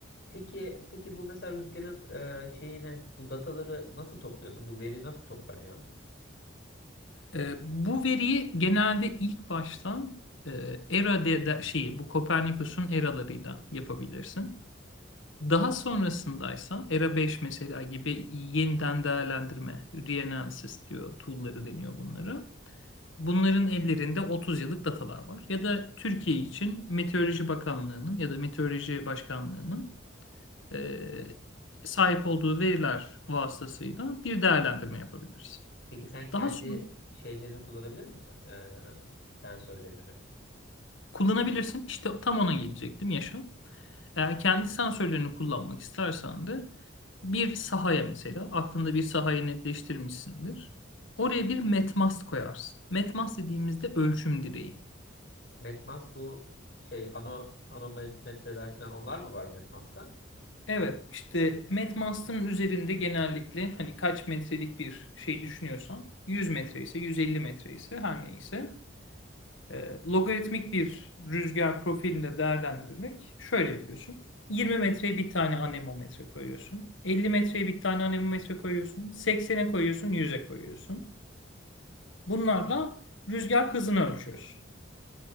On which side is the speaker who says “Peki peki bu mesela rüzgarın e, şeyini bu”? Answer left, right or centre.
Left